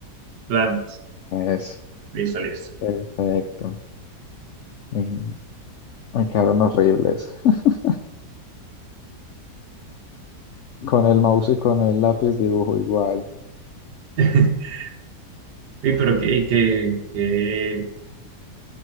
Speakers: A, on the right; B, on the left.
A: Plantas.
B: Es
A: Listo, listo.
B: perfecto. Mm. Me quedaron horribles. <laughs> Con el mouse y con el lápiz dibujo igual.
A: <laughs> Y pero qué, qué, qué,